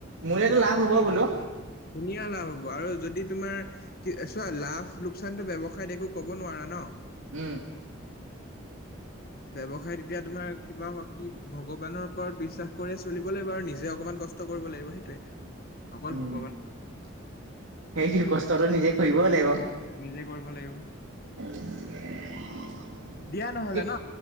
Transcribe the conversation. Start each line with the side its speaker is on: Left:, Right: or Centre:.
Right: মোলেতো লাভ হ'ব বোলো।
Left: ধুনীয়া লাভ হব আৰু যদি তোমাৰ কি চোৱা লাভ লোকচানটো ব্যৱসায় একো কব নোৱাৰা ন।
Right: উম
Left: ব্যৱসায় এতিয়া তোমাৰ কিবা কি ভগৱানৰ ওপৰত বিশ্বাস কৰিয় চলিব লাগিব আৰু নিজে অকমান কষ্ট কৰিব লাগিব সেইটোৱে অকল ভ
Right: সেই কষ্টটো নিজে কৰিবও লাগিব।
Left: নিজে কৰিব লাগিব
Right: <inaudible>
Left: দিয়া নহ'লে ন।